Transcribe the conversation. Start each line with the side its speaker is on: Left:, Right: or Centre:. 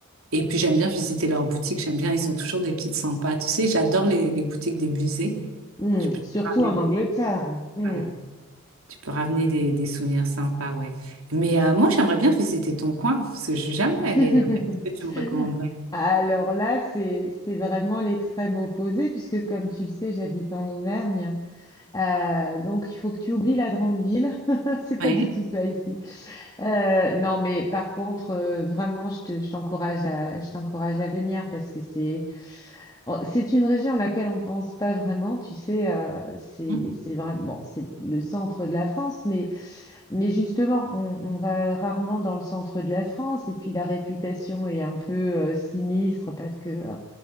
Right: Et puis, j'aime bien visiter leurs boutiques, j'aime bien, ils ont toujours des petites sympas. Tu sais, j'adore les, les boutiques des musées.
Left: Hmm.
Right: Tu peux te
Left: Surtout
Right: ramener,
Left: en Angleterre. Hmm.
Right: voilà. Tu peux ramener des, des souvenirs sympas, ouais. Mais euh, moi, j'aimerais bien visiter ton coin, parce que je suis jamais
Left: <laughs>
Right: allée là-bas. Qu'est-ce que tu me recommanderais?
Left: Alors là, c'est, c'est vraiment l'extrême opposé, puisque comme tu le sais, j'habite en Auvergne. Euh, donc, il faut que tu oublies la grande ville. <laughs> C'est pas
Right: Ouais.
Left: du tout ça ici. Euh, non, mais par contre, euh, vraiment, je te- je t'encourage à, je t'encourage à venir parce que c'est, bon, c'est une région à laquelle on pense pas vraiment. Tu sais, euh, c'est,
Right: Mhm.
Left: c'est vraiment, bon, c'est le centre de la France, mais, mais justement, on, on va rarement dans le centre de la France. Et puis la réputation est un peu euh, sinistre parce que euh,